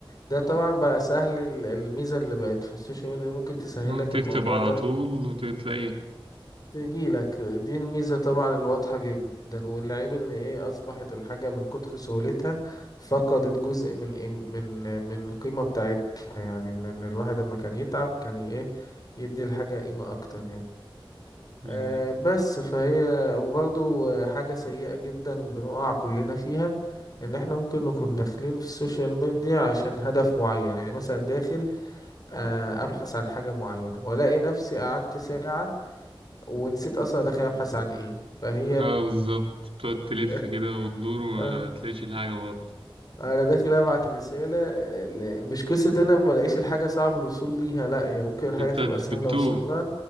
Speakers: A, on the left; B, on the right.
A: ده طبعا بقى سهل ال- الميزة اللي بقت في السوشيال ميديا ممكن تسهلك
B: آه، تكتب
A: الموضوع
B: على
A: ده
B: طول وتلاقي
A: تجي لك دي الميزة طبعا الواضحة جدا والعيب ان ايه اصبحت الحاجة من كتر سهولتها فقدت جزء من إيه من من القيمة بتاعتها يعني ان إن الواحد لما كان يتعب كان ي- ايه يدي الحاجة قيمة اكتر يعني
B: بالظبط.
A: آه بس فهي وبرضو آه، حاجة سيئة جدا بنقع كلنا فيها ان احنا ممكن نكون داخلين في السوشيال ميديا عشان هدف معين يعني مثلا داخل آه ابحث عن حاجة معينة والاقي نفسي قعدت ساعة ونسيت اصلا داخل ابحث عن ايه فهي
B: اه
A: ب...
B: بالظبط بتقعد تلف
A: <laughs>
B: كده وتدور وما
A: آه،
B: تلاقيش الحاجة برضه
A: انا داخل ابعت رسالة آه، ل- مش قصة انا ما الاقيش الحاجة صعب الوصول ليها لا هي ممكن الحاجة
B: بتت...
A: تبقى سهلة
B: بتتوه
A: اوصلها